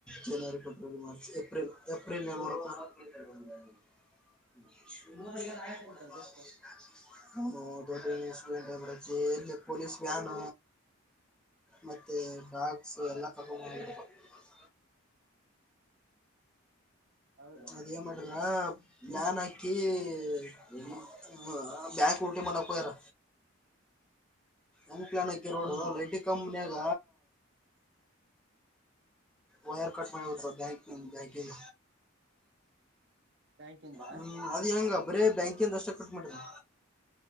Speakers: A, in the centre; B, on the right.
A: ಜನವರಿ, ಫೆಬ್ರವರಿ, ಮಾರ್ಚ್, ಏಪ್ರಿಲ್, ಏಪ್ರಿಲ್. <unintelligible>
B: ನಿಮ್ಮೂರಾಗ ಏನ ಆಯ್ತಂತಲ್ ದೋಸ್ತ
A: <inaudible> <unintelligible> ಯಲ್ಲಿ ಪೊಲೀಸ್ ವ್ಯಾನ್ ಮತ್ತೆ ಡ್ರಾಗ್ಸ್ ಎಲ್ಲ ಕಕೊಂಡ <unintelligible>
B: ಹೌದಾ
A: ಅದ ಏನ್ ಮಾಡ್ರ ಪ್ಲಾನ್ ಹಾಕಿ ಕ ಬ್ಯಾಕ ಉಟ ಮಾಡೋಕೆ ಹೋಗ್ಯಾರ ನ್ ಪ್ಲಾನ್ ಹಕಿರ್ಬೋಡದು
B: ಹ್ಮ್
A: ಲೈಟಿ ಕಂಪ್ನಿಯಾಗ ವೈರ್ ಕಟ್ ಮಾಡಿಬಿಡ್ರ ಬ್ಯಾಂಕ್ ಬ್ಯಾಂಕಿನ
B: ಬ್ಯಾಂಕಿಂದ
A: ಹೂ ಅದ್ ಹೆಂಗ ಬರೇ ಬ್ಯಾಂಕ ಒ ಅಷ್ಟ ಕಟ್ಟ ಮಾಡಿದರ